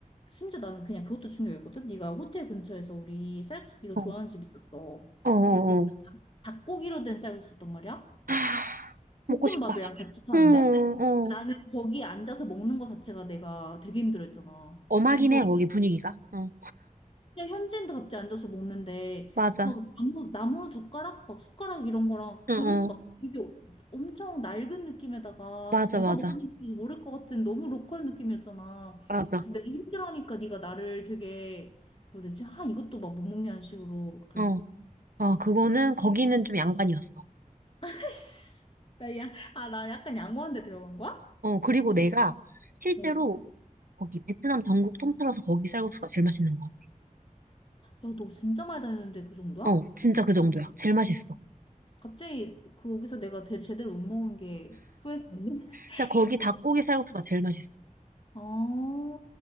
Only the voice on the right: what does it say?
어,
어, 어.
하, 먹고
싶다.
어, 어.
엄하긴
해, 거기 분위기가. 어,
맞아.
어,
어.
맞아,
맞아.
맞아.
어. 아, 그거는, 거기는 좀 양반이었어.
어, 그리고 내가 실제로
거기 베트남 전국 통틀어서 거기 쌀국수가 제일 맛있는 것 같아.
어, 진짜 그 정도야. 제일 맛있어.
진짜 거기 닭고기 쌀국수가 제일 맛있어.